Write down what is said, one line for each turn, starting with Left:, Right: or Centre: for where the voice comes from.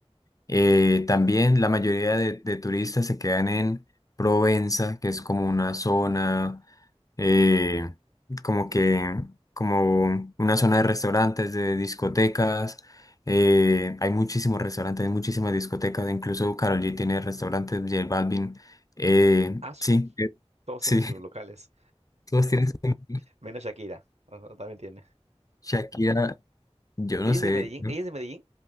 Left: Eh, también la mayoría de, de turistas se quedan en Provenza, que es como una zona, eh, como que, como una zona de restaurantes, de discotecas. Eh, hay muchísimos restaurantes, hay muchísimas discotecas, incluso Karol G tiene restaurantes, J Balvin. eh,
Right: Asu,
Left: sí, eh,
Right: todos
Left: sí.
Right: tienen sus locales,
Left: Todas tienen su nombre.
Right: menos Shakira, o- también tiene.
Left: Shakira, yo no
Right: ¿Ella
Left: sé.
Right: es de Medellín? ¿Ella es de Medellín?